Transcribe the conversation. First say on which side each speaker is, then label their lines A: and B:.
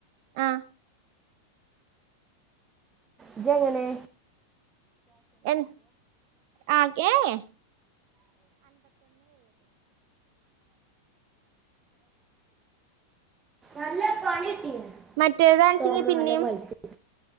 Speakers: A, on the right (about 45°); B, on the right (about 20°).
A: ആഹ്
B: ഇജ് എങ്ങനെ
A: എ ആ ഏ ഏ
B: നല്ല പണി കിട്ടീന്
A: മറ്റേതാണച്ചെങ്കി
B: തുറന്ന്
A: പിന്നിം
B: നല്ല വലിച്ചു